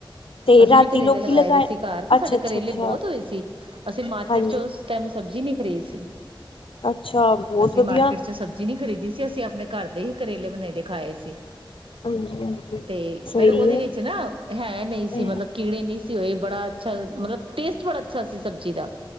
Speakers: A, on the left (about 85°); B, on the right (about 80°).
A: ਤੇ
B: ਅਸੀਂ
A: ਰਾਤੀ
B: ਵੀ ਕਰੇਲੇ
A: ਲੋਕੀ ਲਗਾਏ।
B: ਦੇ ਸੀ ਘਰ ਤੇ
A: ਅੱਛਾ
B: ਸਾਡੇ
A: ਅੱਛਾ
B: ਕਰੇਲੇ
A: ਅੱਛਾ
B: ਬਹੁਤ ਹੋਏ ਸੀ। ਅਸੀਂ ਮਾਰਕੀਟ
A: ਹਾਂਜੀ
B: ਚ ਉਸ ਟਾਈਮ ਸਬਜ਼ੀ ਨਹੀਂ ਖਰੀਦੀ ਸੀ।
A: ਅੱਛਾ ਬਹੁਤ
B: ਅਸੀਂ
A: ਵਧੀਆ
B: ਮਾਰਕੀਟ ਚ ਸਬਜ਼ੀ ਨਹੀਂ ਖਰੀਦੀ ਅਸੀਂ ਆਪਣੇ ਕਰਦੇ ਹੀ ਕਰੇਲੇ ਬਣਾਈਦੇ ਖਾਏ ਸੀ।
A: ਹਾਂਜੀ ਹਾਂਜੀ
B: ਤੇ
A: ਸਹੀ
B: ਫੇਰ ਉਹਦੇ
A: ਹੈ
B: ਵਿੱਚ ਨਾ, ਹੈ ਨਹੀਂ ਸੀ।
A: ਹਮ
B: ਮਤਲਬ ਕੀੜੇ ਨਹੀਂ ਸੀ ਹੋਏ ਬੜਾ ਅੱਛਾ, ਮਤਲਬ ਟੇਸਟ ਬੜਾ ਅੱਛਾ ਸੀ ਸਬਜ਼ੀ ਦਾ।